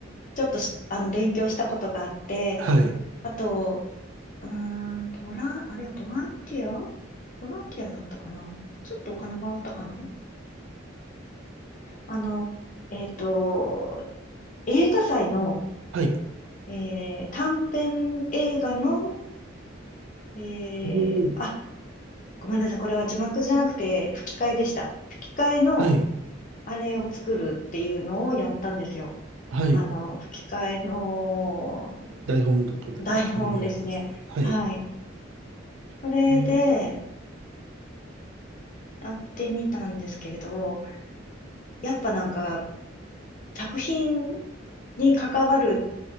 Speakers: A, on the left (about 40°); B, on the right (about 85°).
A: ちょっとしあの、勉強したことがあって、
B: はい。
A: あと、うーん、ボラン、あれはボランティアボランティアだったかなちょっとお金もらったかなんあの、えっと、映画祭の、
B: はい。
A: えー短編映画の、えーあ、
B: おー
A: ごめんなさい。これは字幕じゃなくて吹き替えでした。吹き替えの
B: はい。
A: あれを作るっていうのをやったんですよ。
B: はい。
A: あの、吹き替えの
B: 台本とかで、
A: 台本ですね。
B: 脚本の方ですね。はい。
A: はい。それで
B: えー、
A: やってみたんですけれど、やっぱなんか作品に関わる